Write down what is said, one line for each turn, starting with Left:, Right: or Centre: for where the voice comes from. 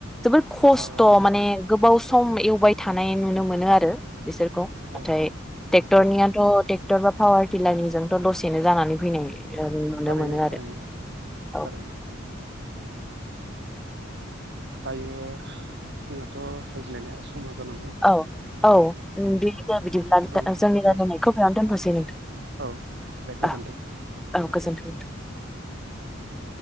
Centre: जोबोर खस्थ
Right: औ औ
Centre: माने गोबाव सम बाय थानाय नुनो मोनो आरो बिसोर खौ
Right: औ
Centre: नाथाय ट्रेक्टरनियाथ
Right: औ
Centre: टेक्टर बा पावार टिलारनिजोंथ दसेनो जानानै फैनाय नुनो
Right: थारैनो
Centre: मोनो
Right: थारैनो
Centre: आरो
Right: थारैनो
Centre: औ।
Right: दायो जोंहाथ रायज्लायनाया समा जानांगौ
Centre: औ औ दे दे बिदिब्ला
Right: औ लाखि
Centre: जोंनि रायलायनायखौ बेयाव दोनथसै नोंथां
Right: औ दे गोजोन्थों।
Centre: औ औ गोजोनथों। <inaudible>